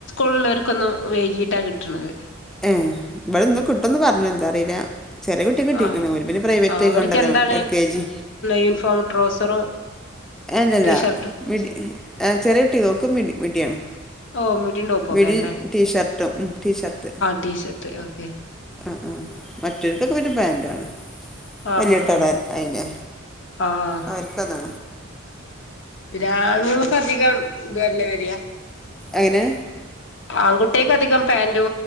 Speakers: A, on the left; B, in the centre.
A: പിള്ളേർക്കൊന്നു വെയ്യീട്ടാ കിട്ടണത്
B: ഏഹ് ഇവിടെന്ന് കിട്ടുന്ന് പറഞ്ഞു എന്താറീല്ല ചെറ്യ കുട്ടി കിട്ടീക്ക്ണ്
A: ആഹ്
B: ഓര് പിന്നെ പ്രൈവറ്റായി
A: ആഹ് അവർക്ക്
B: കൊണ്ടല്ലോ
A: എന്താണ്
B: എൽ കെ ജി
A: യൂണിഫോം ട്രൗസറും
B: എല്ലല്ല
A: ടീഷർട്ടും
B: മിഡി ചെറിയ ഇട്ടി ഓക്ക് മിടി മിടിയാണ്
A: ഓഹ് മിഡിയും ടോപ്പുമൊക്കെയാല്ലേ
B: വിടി ടീഷർട്ടും ഉം ടീഷർട്
A: ടീ ഷർട്ട് ഓക്കെ
B: ആഹ് ആഹ് മറ്റോര്ക്കെക്കെ പിന്നെ പാന്റാണ്
A: ആഹ്
B: വല്യട്ടള
A: ആഹ് ആഹ്
B: അയിന്റെ
A: ആഹ് ആഹ്
B: അവര്ക്കതാണ്
A: രാണുങ്ങള്ക്കധികം ഇതുവല്ലേ വരിയാ
B: എങ്ങനെ
A: ആൺകുട്ട്യക്കധികം പാന്റു